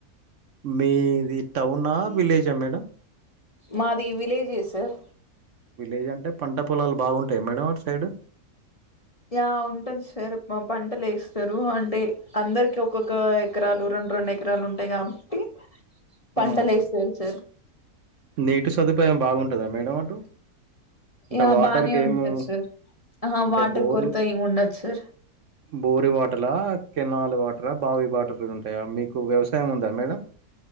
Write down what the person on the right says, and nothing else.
మీది టౌనా, విలే జ మేడం
విలేజ్ అంటే పంట పొలాలు బాగుంటాయి మేడం అటు సైడు
ఆ!
నీటి సదుపాయం బాగుంటందా మేడం అటు అంటే
వాటర్కి
ఏమో
అంటే
బోర్లు,
బోరు వాటర్ల కినాల వాట్ ట్ర బావి వాటర్ంటాయా మీకు వ్యవసాయం ఉందా మేడం.